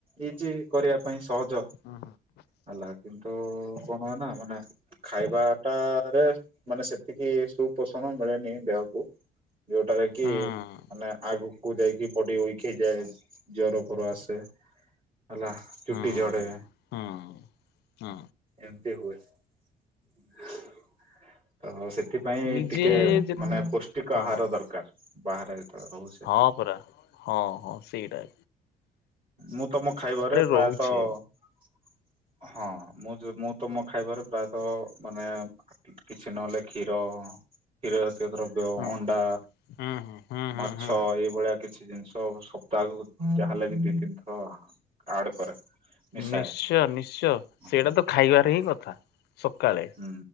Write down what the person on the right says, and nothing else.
ଇଜି କରିବା ପାଇଁ ସହଜ
ହେଲା କିନ୍ତୁ କଣ ନା ମାନେ ଖାଇବାଟରେ ମାନେ ସେତିକି ସୁପୋଷଣ ମିଳେନି ଦେହକୁ। ଯୋଉଟାରେ
କି ମାନେ ଆଗକୁ ଆଗକୁ ଯାଇକି ବଡି ଉଇକ୍ ହେଇଯାଏ। ଜର ଫର ଆସେ ହେଲା। ଚୁଟି
ଝଡେ।
ଏମିତି ହୁଏ ତ ସେଥିପାଇଁ
ଟିକେ
ମାନେ ପୌଷ୍ଟିକ
ଆହାର ଦରକାର ବାହାରେ ଯେତେବେଳେ ରହୁଛେ
ମୁଁ ତମ ଖାଇବାରେ ପ୍ରାୟତଃ
ହଁ ମୁଁ ଯୋ ମୁଁ ତମ ଖାଇବାରେ ପ୍ରାୟତଃ ମାନେ କିଛି ନହେଲେ କ୍ଷୀର, କ୍ଷୀର ଜାତିୟ ଦ୍ର ବ୍ୟ
ଅଣ୍ଡା,
ମାଛ
ଏଇଭଳିଆ କିଛି ଜିନିଷ ସପ୍ତାହକୁ ଯାହାହେଲେ ବି ଦି ତିନି ଥର ଆଡ କରେ। ମିଶାଏ
ହୁଁ
ହୁଁ